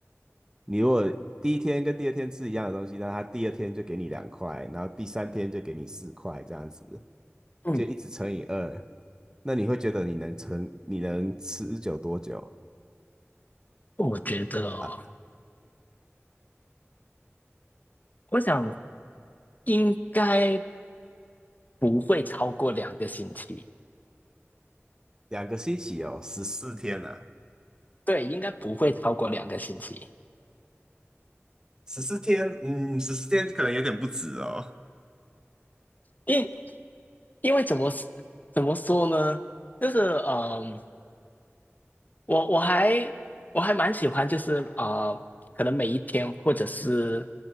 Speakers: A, on the right; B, on the left.
A: 你如果第一天跟第二天吃一样的东西，那他第二天就给你两块，然后第三天就给你四块，这样子
B: 嗯，
A: 就一直乘以二，那你会觉得你能撑，你能持久多久
B: 我觉得哦
A: 啊？
B: 我想应该不会超过两个星期。
A: 两个星期哦，十四天啊，
B: 对，应该不会超过两个星期。
A: 十四天，嗯，十四天可能有点不止哦。
B: 因因为怎么怎么说呢？就是嗯，我我还我还蛮喜欢，就是啊，可能每一天或者是